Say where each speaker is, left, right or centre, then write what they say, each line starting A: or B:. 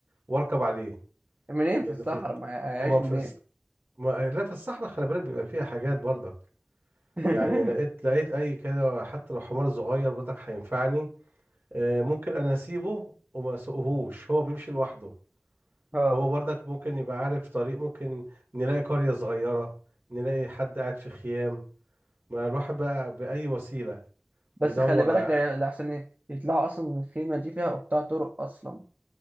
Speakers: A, on the right; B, on the right.
A: واركب عليه
B: منين
A: لان
B: في الصحراء
A: في
B: ما هيعيش
A: ما
B: منين
A: في الس- ما لا في الصحراء خلي بالك بيبقى فيها حاجات برضك
B: <laughs>
A: يعني لقيت لقيت اي كده حتى لو حمار صغير بدك هينفعني آه، ممكن انا اسيبه وما اسوقهوش هو بيمشي لوحده
B: اه
A: هو برضك ممكن يبقى عارف طريق ممكن نلاقي قرية صغيرة نلاقي حد قاعد في خيام ما الواحد بقى بأي وسيلة
B: بس
A: يدور
B: خلي بالك
A: ع-
B: لا- لأحسن إيه يطلعوا أصلا من الخيمة دي فيها قطاع طرق أصلا